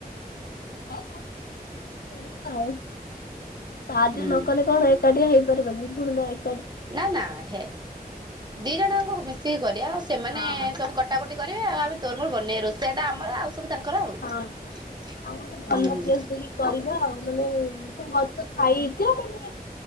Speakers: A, on the left (about 75°); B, on the right (about 25°).
A: ଆଉ ସାହାଯ୍ୟ
B: ହୁଁ
A: ନ କଲେ କଣ ଏକାଟିଆ ହେଇପାରିବନି। ପୁଣି ତ ଏଇ
B: ନା ନା ହେ ଦି ଜଣଯାକଙ୍କ ମିଶିକି କରିବା, ଆଉ ସେମାନେ
A: ହଁ।
B: ସବୁ କଟା କଟି କରିବେ ଆମେ ତୋର ମୋର ବନେଇବା ରୋଷେଇଟା ଆମର ଆଉ ସବୁ ତାଙ୍କର ଆଉ।
A: ହଁ
B: ହୁଁ,
A: ଆଉ ଗୋଟେ ଭଲ ପ୍ଲେସ ଦେଖି କରିବା ଆଉ ମାନେ ସବୁ ଗଛ ଖାଇ ହେଇଛି ନା ମାନେ